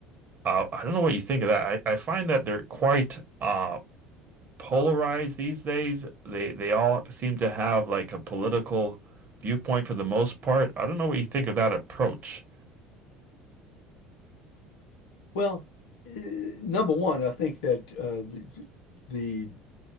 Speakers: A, on the right (about 40°); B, on the left (about 75°).
A: Uh, I don't know what you think of that. I, I find that they're quite uh, polarized these days. They they all seem to have like a political viewpoint for the most part. I don't know what you think of that approach.
B: Well, uh, number one, I think that uh, the, the